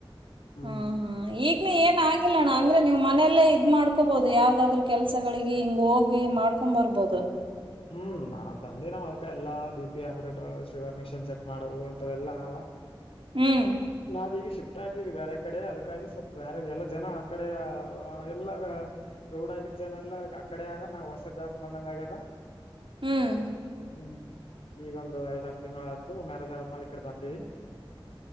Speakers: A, on the left (about 85°); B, on the right (about 65°).
A: ಹ್ಮ್
B: ಹ ಹಾ ಈ ಏನ್ ಆಗಿಲ್ಲಣ್ಣ ಅಂದ್ರೆ ನೀ್ ಮನೆಯಲ್ಲೇ ಇದ್ ಮಾಡ್ಕೋಬಹುದು ಯಾವ್ದಾದ್ರರು ಕೆಲ್ಸಗಳಿಗೆ ಹಿಂಗ ಹೋಗಿ ಮಾಡ್ ತಂಬರ್ಬೋದು
A: ಹ್ಮ್ ನ ತಂದೆ ನಾವ್ ಅದಕ ಎಲ್ಲಾ B P operator sugar machine check ಮಾಡಬು ಅಂತವೆಲ್ಲ ಅವ
B: ಹ್ಮ್
A: ನಾವೀಗ ಶಿಫ್ಟ್ ಆಗಿದೀವಿ ಬೇರೆ ಕಡೆ ಅದಕ್ಕಾಗಿ ಸ್ವಲ್ಪ ಬೇರೆ ಎಲ್ಲ ಜನ ಆ ಕಡೆ ಎಲ್ಲಾಗ ರೂಡ್ ಆಗಿದ್ದ ಜನಲ್ಲ ಅಕಡೆ ಯಾರ ನಾವ್ ಹೊಸ ಜಾಕ್ ಬಂದಂಗ ಆಗ್ಯದ
B: ಹ್ಮ್
A: ಹ್ಮ್ ಈಗ ಒಂದು ಐದ್ರು ತಿಂ ಳ ಆಯ್ತು ಮ್ಯಾರೇಜ್ ಆದ್ಮೇಲೆ ಈ ಕಡೆ ಬಂದಿವವಿ